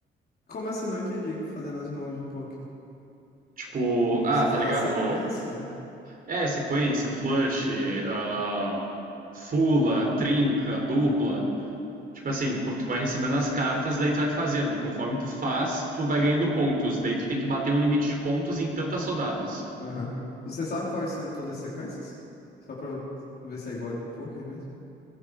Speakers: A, on the left; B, on the right.
A: Como assim? Não entendi fazendo as mãos de poker.
B: Tipo,
A: Você
B: ah,
A: fala
B: tá ligado?
A: sequência?
B: É, sequência, flush, ah, fula, trinca, dupla. Tipo assim, qu- tu vai recebendo as cartas, daí tu vai fazendo. Conforme tu faz, tu vai ganhando pontos. Daí tu tem que bater um limite de pontos em tantas rodadas.
A: Aham. Você sabe quais são todas as sequências? Só pra eu ver se é igual de poker mesmo?